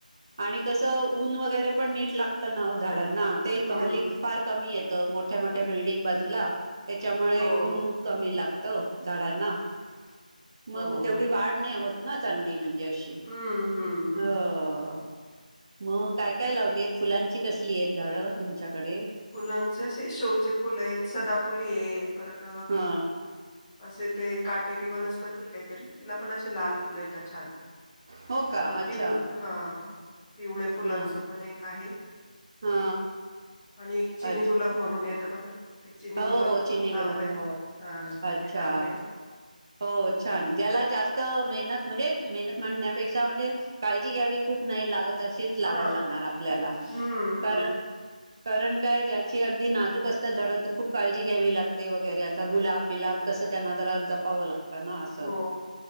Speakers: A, on the right; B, on the left.
A: आणि कसं ऊन वगैरे पण नीट लागतं ना वो झाडांना ते
B: हम्म.
A: हल्ली फार कमी येत मोठ्या मोठ्या बिल्डिंग बाजूला त्याच्यामुळे
B: हो.
A: ऊन कमी लागतं झाडांना मग
B: हो.
A: तेवढी वाढ नाही होत ना, चांगली म्हणजे अशी
B: हम्म हम्म हम्म.
A: हो मग काय काय लावलीयत? फुलांची कसलीयत झाडं तुमच्याकडे?
B: फुलांचे असे शोचे फुलयत सदाफुलीय परत
A: हा
B: असे ते काटेरी वनस्पती काहीतरी तिला पण अशे लाल फुलं येतात, छान!
A: हो का
B: आणि
A: अच्छा
B: पिऊ हा पिवळ्या फुलांच
A: हा
B: पण एक आहे.
A: हा
B: आणि एक चिनी
A: अच्छा
B: गुलाब म्हणून येतं बघा? ते चिनी
A: हो
B: गुलाबच
A: हो चिनी
B: पण लावलंय
A: गुलाब हो,
B: हा
A: अच्छा!
B: ते लावलंय
A: हो छान ज्याला जास्त त मेहनत म्हणजे, मेहनत मांडण्यापेक्षा म्हणजे काळजी घ्यावी खूप नाही लागत अशीच. लावायला
B: हा
A: लागणार आपल्याला,
B: हम्म
A: कार कारण काय ज्याची अगदी नाजूक असता झाडत खूप काळजी घ्यावी लागते वगैरे, आता गुलाब बिलाब कसं त्यांना जरा जपावं लाग त ना असं
B: हो